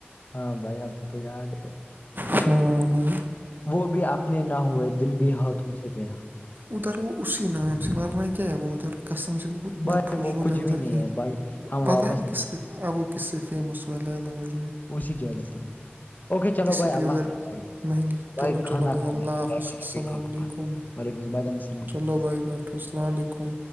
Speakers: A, on the left; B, on the right.
A: ہاں بھائی آپ کو تو یاد ہے
B: ہاں
A: وہ بھی اپنے نہ ہوئے دل بھی ہاتھوں سے گیا
B: ادھر وہ اسی نام سے ورنہ کیا ہے وہ ادھر کسٹم سے وہ ات
A: بھائی
B: نہ فضول
A: وہ کچھ
B: ہے ادھر
A: بھی نہیں
B: کی
A: بھائی ہم
B: بتایا
A: واپس
B: وہ
A: نکلے
B: کس ک اب وہ کس سے فم ہو ل مج
A: وہ سے کی وج جہ سے بولائی اوکے چلو
B: اسی
A: بھائی اللہ
B: لیے ادھر
A: حافظ بھائی
B: مہنگی
A: بھائی
B: چلو
A: کھانا
B: چلو بھائی
A: کھؤں
B: اللہ
A: گا
B: حافظ
A: بائی
B: السلام
A: بھی کھاؤھانا
B: علیکم
A: وعلم
B: چلو بھائی بیٹو السلام علیکم